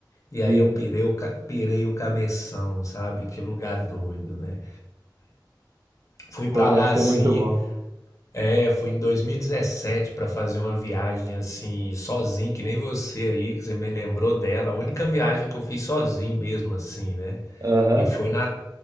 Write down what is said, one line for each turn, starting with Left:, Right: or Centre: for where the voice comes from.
Left: E aí
Right: sim,
Left: eu pirei o, ca- pirei o cabeção, sabe? Que lugar doido, né? Fui
Right: pô,
Left: pra
Right: deve
Left: lá
Right: ser
Left: assim.
Right: muito bom.
Left: É, fui em 2017 para fazer uma viagem assim, sozinho, que nem você aí, que você me lembrou dela. A única viagem que eu fiz sozinho mesmo, assim, né?
Right: Aham,
Left: E foi na,